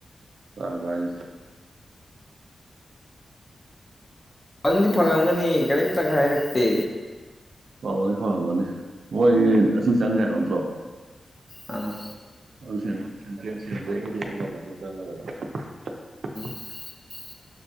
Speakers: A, on the right; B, on the left.
A: ꯀ ꯀꯔꯤꯁꯦ ꯑ
B: ꯅꯪꯗꯤ ꯐꯪꯉꯝꯒꯅꯤ ꯀꯔꯤꯝꯇ ꯍꯥꯏꯔꯛꯇꯦ
A: ꯍꯝꯒꯅꯤ ꯈꯝꯒꯅꯤ ꯃꯣꯏꯒꯤ ꯑꯁꯤ ꯆꯪꯉꯦ ꯍꯥꯏꯕ ꯅꯠꯇ꯭ꯔꯣ
B: ꯑ
A: ꯆꯉꯗꯅ
B: <unintelligible>